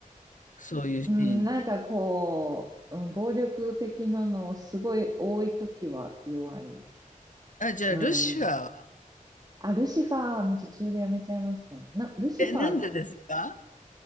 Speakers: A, on the left; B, on the right.
A: そういうシーンって。
B: うん、なんかこう、うん暴力的なのすごい多いときは弱いです。
A: あ、じゃあ、
B: うん。
A: ルシファーは。
B: あ、ルシファーの途中でやめちゃいましたね。な、ルシファー、
A: え、なんでですか